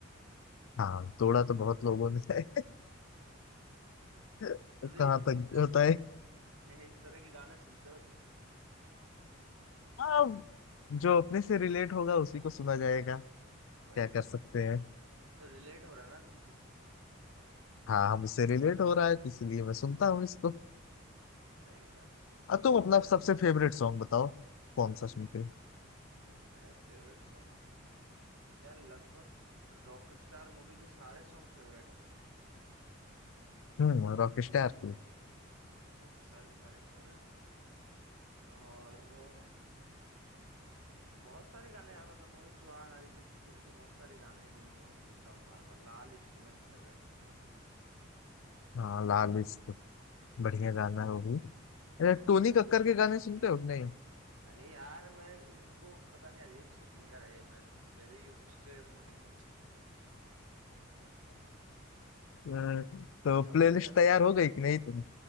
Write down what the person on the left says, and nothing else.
हाँ तोड़ा तो बहुत लोगों ने है <laughs>
कहाँ तक
होता है
हाँ जो अपने से रिलेट होगा उसी को सुना जाएगा
क्या कर
सकते हैं
हाँ हमसे रिलेट हो रहा है तो इसलिए मैं सुनता हूँ इसको
अब तुम अपना
सबसे फेवरेट सॉन्ग बताओ कौन सा सुनते हो
हम्म रॉकस्टार की
हाँ लाल इश्क
बढ़िया गाना है वो भी अरे
टोनी
कक्कर
के गाने सुनते हो कि नहीं
अ, तो
प्लेलिस्ट
तैयार
हो गई
कि नहीं तुम्हें